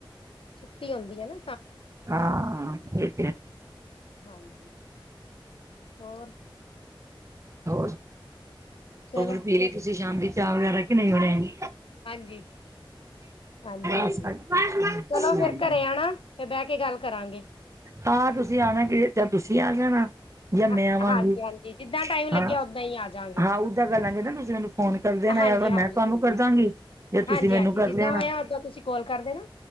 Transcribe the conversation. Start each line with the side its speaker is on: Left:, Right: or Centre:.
Left: ਛੁੱਟੀ ਹੋ ਗਈ ਹੈਨਾ ।
Right: ਹਾਂ ਇਹ
Left: ਹਾਂਜੀ। ਹੋਰ?
Right: ਹੋਰ?
Left: ਚਲੋ
Right: ਹੋਰ ਪੀਲੇ ਤੁਸੀਂ ਸ਼ਾਮ ਦੀ ਚਾਹ ਵਗੈਰਾ ਕਿ ਨਹੀਂ ਹੋਣੇ ਹੈਗੇ?
Left: ਹਾਂਜੀ। ਹਾਂਜੀ
Right: ਬਸ
Left: ਹਾਂਜੀ
Right: ਅੱਛਾ
Left: ਚਲੋ ਫਰ
Right: ਜੀ।
Left: ਘਰੇ ਆਣਾ ਫਿਰ ਬਹਿ ਕੇ ਗੱਲ ਕਰਾਂਗੇ।
Right: ਹਾਂ ਤੁਸੀਂ ਆਣਾ ਕਿ ਤੁਸੀਂ ਆ ਜਾਣਾ ਜਾਂ ਮੈਂ
Left: ਹਾਂ
Right: ਆਵਾਂਗੀ
Left: ਹਾਂਜੀ ਹਾਂਜੀ ਜਿੱਦਾਂ ਟਾਈਮ ਲੱਗਿਆ
Right: ਹਾਂ
Left: ਓਦਾਂ ਹੀ ਆ ਜਾਗੇ
Right: ਹਾਂ ਓਦਾਂ ਕਰ ਲਾਂਗੇ ਨਾ ਤੁਸੀਂ ਮੈਨੂੰ ਫੋਨ ਕਰ ਦੇਣਾ
Left: ਹਾਂਜੀ
Right: ਯਾਰ
Left: ਹਾਂਜੀ
Right: ਮੈਂ ਤੁਹਾਨੂੰ
Left: ਹਾਂਜੀ
Right: ਕਰਦਾਂਗੀ ਜੇ ਤੁਸੀਂ
Left: ਹਾਂਜੀ
Right: ਮੈਨੂੰ
Left: ਹਾਂਜੀ
Right: ਕਰ
Left: ਜਿੱਦਾਂ
Right: ਲੈਣਾ।
Left: ਹੋਇਆ ਓਦਾਂ ਤੁਸੀਂ ਕੋਲ ਕਰ ਦੇਣਾ